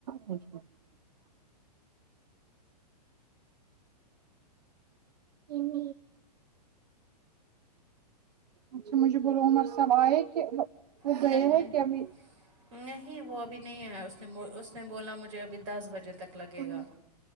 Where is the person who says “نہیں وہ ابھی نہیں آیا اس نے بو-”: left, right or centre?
Right